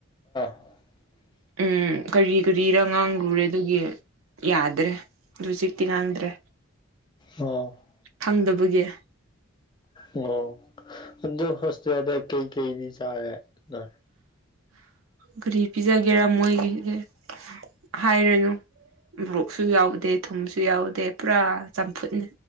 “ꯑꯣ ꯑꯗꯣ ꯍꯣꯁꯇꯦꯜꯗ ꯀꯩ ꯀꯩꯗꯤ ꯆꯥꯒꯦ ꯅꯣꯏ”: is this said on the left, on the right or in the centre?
Left